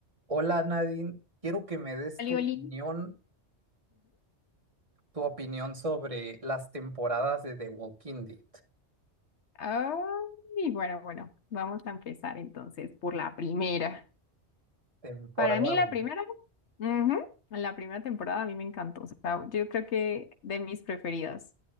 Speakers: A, on the right; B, on the left.
A: Hola Nadine, quiero que me des
B: Oli,
A: tu opinión,
B: oli.
A: tu opinión sobre las temporadas de The Walking Dead,
B: Ah, y bueno, bueno, vamos a empezar entonces por la primera.
A: temporada
B: Para mí la
A: uno,
B: primera, ujú, la primera temporada a mí me encantó. O sea, yo creo que de mis preferidas,